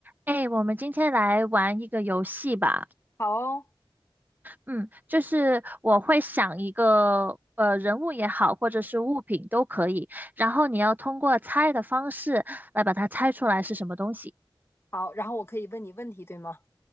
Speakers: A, on the right; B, on the left.
A: 哎，我们今天来玩一个游戏吧。
B: 好哦，
A: 嗯，就是我会想一个呃人物也好，或者是物品都可以，然后你要通过猜的方式来把它猜出来是什么东西。
B: 好，然后我可以问你问题，对吗？